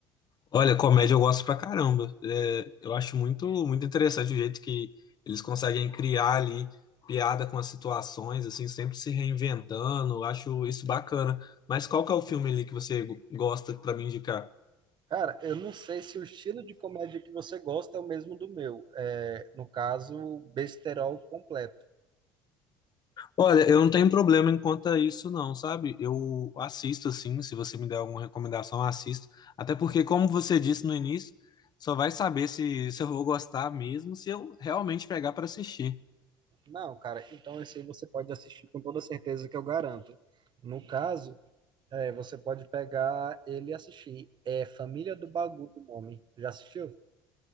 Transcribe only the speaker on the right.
Cara, eu não sei se o estilo de comédia que você gosta é o mesmo do meu. É, no caso, besterol completo.
Não, cara, então esse aí você pode assistir com toda certeza que eu garanto. No caso. É, você pode pegar ele e assistir. É Família do Bagu, o nome. Já assistiu?